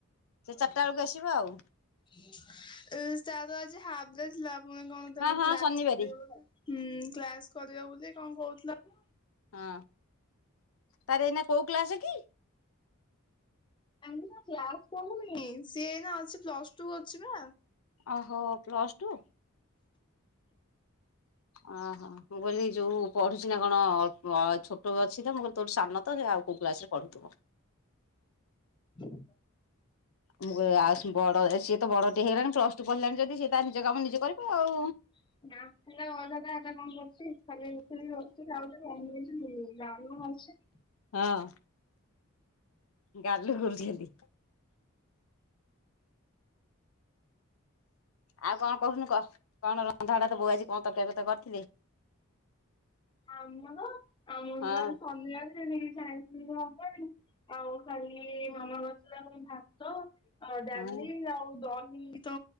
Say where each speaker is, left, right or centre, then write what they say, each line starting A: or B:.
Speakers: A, on the left; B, on the left.
A: ସେ ଚାରିଟା
B: ଏ
A: ବେଳକୁ ଆସିବ ଆଉ।
B: ତାର ଆଜି ହାପ ଡେ ଥିଲା ପୁଣି କଣ ତାର
A: ହଁ ହଁ
B: କ୍ଲାସ
A: ଶନିବାରେ
B: କରିବ ବୋଧେ। ହୁଁ କ୍ଲାସ କରିବ ବୋଲି କଣ କହୁଥିଲା ତ।
A: ହଁ ତାର ଏଇନା କୋଉ କ୍ଲାସ କି?
B: ଏନେକା କ୍ଲାସ କରୁନି ସିଏ ଏଇନା ଅ ଲଛି ପ୍ଲସ ଟୁ ଅଛି ପା।
A: ଓହୋ ପ୍ଲସ ଟୁ? ଓ ହୋ। ମୁଁ କହିଲି ଯୋଉ ପଢୁଛି ନା କଣ ଛୋଟ ଅଛି ତ ମୁଁ କହିଲି ତୋଠୁ ସାନ ତ ଆଉ କୋଉ କ୍ଲାସ ରେ ପଢୁଥିବ।
B: ହ <inaudible>
A: ମୁଁ କହିଲି ଆଉ ବଡ ସିଏ ତ ବଡ ଟେ ହେଇଲାଣି ପ୍ଲସ ଟୁ ପଢ଼ିଲାଣି ଯଦି ସିଏ ତା ନିଜ କାମ ନିଜେ କରିବ ଆଉ।
B: <unintelligible> <unintelligible>
A: ହଁ। ଗାଲୁ କରୁଛି ଖାଲି। ଆଉ କଣ କହୁନୁ କହ କଣ ରନ୍ଧାବଢ଼ା ତ ବୋଉ ଆଜି କଣ ତରକାରୀ ପତ୍ର କରିଥିଲେ?
B: ଆମର ଆମର
A: ହଁ
B: <unintelligible> ଶନିବାରେ <unintelligible> <unintelligible> ଆଉ ଖାଲି ମାମା କରିଥିଲା ଭାତ। ଆଉ ଡାଲି
A: ହଁ
B: ଆଉ ଦହି ତ